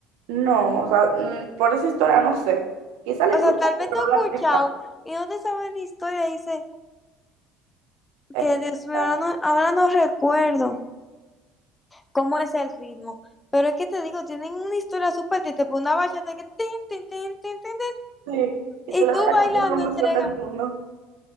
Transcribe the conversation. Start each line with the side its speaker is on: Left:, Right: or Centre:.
Right: No, o sea, mm, por esa historia no sé. Quizá la
Left: O
Right: escuché,
Left: sea, tal
Right: pero
Left: vez te he
Right: no
Left: escuchado
Right: la he
Left: y no te sabes la historia, dice
Right: Exacto.
Left: que Dios mío, ahora no, ahora no recuerdo. cómo es el ritmo. Pero es que te digo, tienen una historia súper triste, pues una bachata que tin, tin, tin, tin, tin, tin,
Right: Sí. Y
Left: tin,
Right: tú
Left: y
Right: le
Left: tú
Right: vas a
Left: bailando
Right: contar la emoción
Left: entrega.
Right: del mundo.